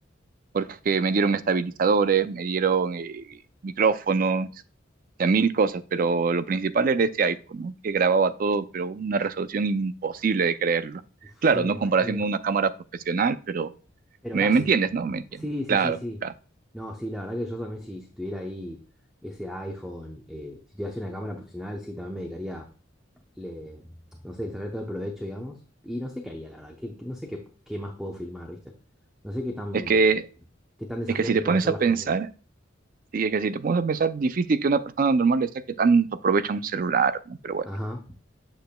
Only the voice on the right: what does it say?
porque me dieron estabilizadores, me dieron eh, micrófonos, o sea, mil cosas, pero lo principal era ese iPhone, ¿no? Que grababa todo, pero una resolución imposible de creerlo.
Claro,
no
comparación con una cámara profesional, pero
me,
me entiendes, ¿no? Me entiendes.
Claro,
claro.
Es que
Es que si te
pones
a
pensar,
sí, es que si te pones a pensar, difícil que una persona normal le saque tanto provecho a un celular, ¿no? Pero bueno,